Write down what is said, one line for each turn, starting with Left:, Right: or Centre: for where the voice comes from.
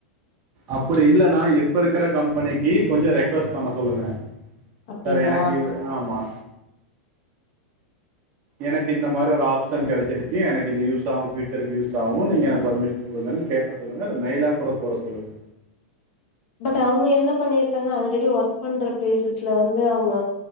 Right: அப்டி இல்லன்னா இப்ப இருக்கிற கம்பெனிக்கு கொஞ்சோ ரெக்வஸ்ட் பண்ண சொல்லுங்க
Left: அப்டிங்களா
Right: சார் எனக்கு ஆமா எனக்கு இந்த மாரி ஒரு ஆப்ஷன் கிடைச்சிருக்கு எனக்கு இது யூஸ் ஆவு ஃபியூச்சருக்கு யூஸ் ஆவு நீங்க எனக்கு பர்மிஷன் குடுங்கன்னு கேட்க சொல்லுங்க இல்ல மெயிலா கூட போட சொல்லுங்க
Left: பட் அவுங்க என்ன பண்ணிருக்காங்க ஆல்ரெடி ஒர்க் பண்ற பிளேசஸ்ல வந்து அவுங்க